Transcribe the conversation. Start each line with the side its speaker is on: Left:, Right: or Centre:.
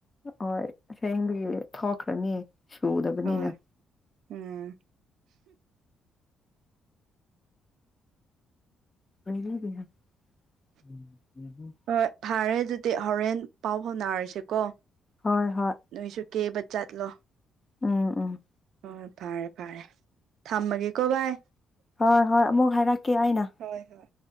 Left: ꯍꯣꯏ ꯑꯁꯦꯡꯕꯒꯤ ꯊꯣꯛꯈ꯭ꯔꯅꯤ ꯁꯨꯗꯕꯅꯤꯅ
Right: ꯍꯣꯏ ꯎꯝ
Left: ꯄꯂꯤꯗꯤ <unintelligible>
Right: ꯍꯣꯏ ꯐꯥꯔꯦ ꯗꯨꯗꯤ ꯍꯣꯔꯦꯟ ꯄꯥꯎ ꯐꯥꯎꯅꯔꯁꯤꯀꯣ
Left: ꯍꯣꯏ ꯍꯣꯏ
Right: ꯅꯣꯏꯁꯨ ꯀꯦꯕ ꯆꯠꯂꯣ
Left: ꯎꯝ ꯎꯝ
Right: ꯍꯣꯏ ꯐꯔꯦ ꯐꯔꯦ ꯊꯝꯃꯒꯦꯀꯣ ꯚꯥꯏ
Left: ꯍꯣꯏ ꯍꯣꯏ ꯑꯃꯨꯛ ꯍꯥꯏꯔꯛꯀꯦ ꯑꯩꯅ
Right: ꯍꯣꯏ ꯍꯣꯏ